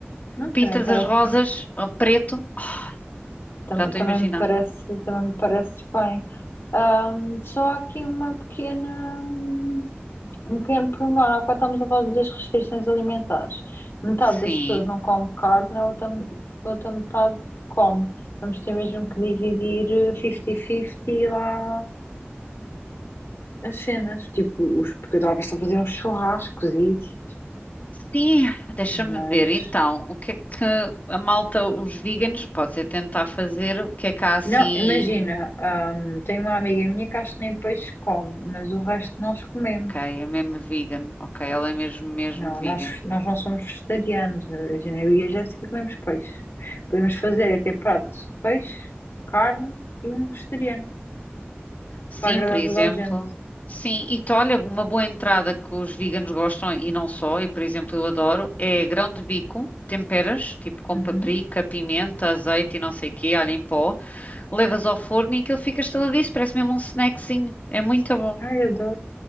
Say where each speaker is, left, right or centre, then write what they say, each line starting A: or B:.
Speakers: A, on the left; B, on the left.
A: Não, também
B: Pintas
A: parece.
B: as rosas a preto. Ai,
A: também
B: já estou
A: Também
B: a imaginar.
A: me parece, também me parece bem. Ahm, só há aqui uma pequena, hum, um pequeno pormenor, há bocado estamos a falar das restrições alimentares. Metade
B: Sim.
A: das pessoas não come carne, a outra, a outra metade come. Vamos ter mesmo que dividir eh, 50-50 lá as cenas. Tipo, os, porque talvez estão a fazer uns churrascos e isso,
B: Sim, deixa-me
A: mas...
B: ver. Então, o que é que a malta, os veganos, pode ser tentar fazer? O que é que há assim?
A: Não, imagina, hum, tenho uma amiga minha que acho que nem peixe come, mas o resto nós comemos.
B: Ok, é mesmo vegan. Ok, ela é mesmo, mesmo
A: Não, nós,
B: vegan.
A: nós não somos vegetarianos. Imagina, eu e a Jéssica comemos peixe. Podemos fazer até prato de peixe, carne e um vegetariano,
B: Sim,
A: para agradar
B: por exemplo.
A: toda a gente.
B: Sim, e tu, olha, uma boa entrada que os veganos gostam, e não só, eu, por exemplo, eu adoro, é grão de bico, temperas, tipo com
A: Uhum.
B: paprika, pimenta, azeite e não sei o quê, alho em pó, levas ao forno e aquilo fica estaladiço, parece mesmo um snackzinho. É muito bom,
A: Ai, eu adoro.